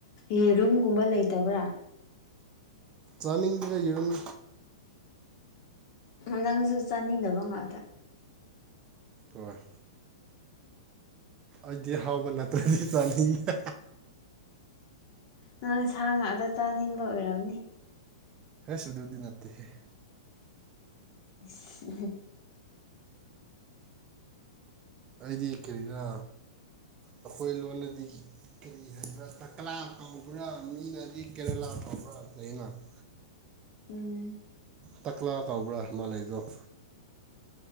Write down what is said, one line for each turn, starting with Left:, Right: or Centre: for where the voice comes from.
Left: ꯌꯦꯔꯨꯝꯒꯨꯝꯕ ꯂꯩꯇꯕ꯭ꯔꯥ
Right: ꯆꯥꯅꯤꯡꯗ꯭ꯔꯦ ꯌꯦꯔꯨꯝ
Left: ꯅꯪꯁꯨ ꯆꯥꯅꯤꯡꯗꯕ ꯉꯥꯛꯇ
Right: ꯍꯣꯢ ꯑꯩꯗꯤ ꯍꯥꯎꯕ ꯅꯠꯇ꯭ꯔꯗꯤ ꯆꯥꯅꯤꯡꯗꯦ
Left: ꯅꯪ ꯁꯥ ꯉꯥꯛꯇ ꯆꯥꯅꯤꯡꯕ ꯑꯣꯏꯔꯝꯅꯤ
Right: ꯍꯦꯁ ꯑꯗꯨꯗꯤ ꯅꯠꯇꯦꯍꯦ
Left: <inaudible>
Right: ꯑꯩꯗꯤ ꯀꯔꯤꯔ ꯑꯩꯈꯣꯏ ꯂꯣꯜꯗꯗꯤ ꯀꯔꯤ ꯍꯥꯏꯕ꯭ꯔꯥ ꯇꯀꯂꯥ ꯀꯧꯕ꯭ꯔꯥ ꯃꯤꯅꯗꯤ ꯀꯦꯔꯦꯂꯥ ꯀꯧꯕ꯭ꯔꯥ ꯂꯩꯑꯦꯅ <inaudible>
Left: ꯎꯝ
Right: ꯇꯛꯂꯥ ꯀꯧꯕ꯭ꯔꯥ ꯑꯃꯥ ꯂꯩꯕꯗꯣ